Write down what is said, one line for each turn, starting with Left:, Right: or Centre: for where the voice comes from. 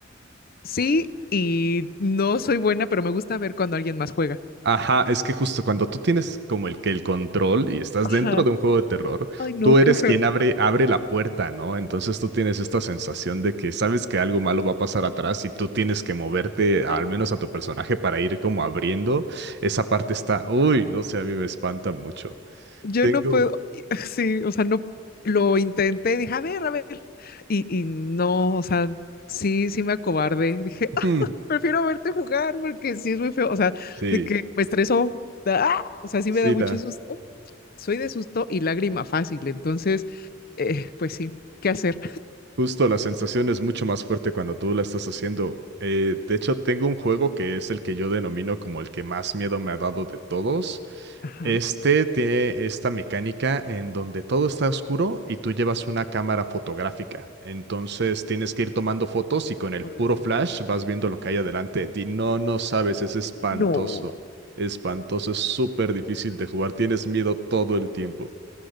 Left: sí, y no soy buena, pero me gusta ver cuando alguien más juega.
Right: Ajá, es que justo cuando tú tienes como el que el control y estás
Left: Ajá.
Right: dentro de un juego de terror,
Left: Ay, no,
Right: tú eres
Left: qué feo.
Right: quien abre, abre la puerta, ¿no? Entonces tú tienes esta sensación de que sabes que algo malo va a pasar atrás y tú tienes que moverte, al
Left: No,
Right: menos a tu personaje, para ir como abriendo. Esa parte está, uy, no sé, a mí me espanta mucho.
Left: yo
Right: Tengo,
Left: no puedo. y- <laughs> Sí, o sea, no lo intenté, dije, a ver, a ver. Y, y no, o sea, sí, sí me acobardé. Dije, "Ah,
Right: Hmm,
Left: prefiero verte jugar porque sí es muy feo. O sea,
Right: sí,
Left: de que me estresó. da- ¡ah! O sea, sí
Right: sí,
Left: me da mucho
Right: la.
Left: susto. Soy de susto y lágrima fácil, entonces, eh, pues sí, ¿qué hacer?
Right: Justo la sensación es mucho más fuerte cuando tú la estás haciendo. Eh, de hecho, tengo un juego que es el que yo denomino como el que más miedo me ha dado de todos.
Left: Ajá.
Right: Este tiene esta mecánica en donde todo está oscuro y tú llevas una cámara fotográfica. Entonces tienes que ir tomando fotos y con
Left: Oh,
Right: el puro
Left: rayos.
Right: flash vas viendo lo que hay adelante de ti. No, no sabes, es espantoso.
Left: No.
Right: Espantoso, es súper difícil de jugar. Tienes miedo todo el tiempo.